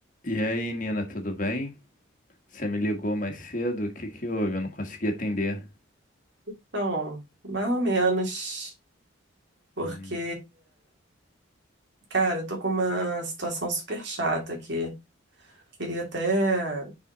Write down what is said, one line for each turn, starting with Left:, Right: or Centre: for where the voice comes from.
Left: E aí, Nina, tudo bem? Você me ligou mais cedo? O que que houve? Eu não consegui atender.
Right: Então, mais ou menos, porque,
Left: Hum,
Right: cara, eu tô com uma situação super chata aqui. Queria até.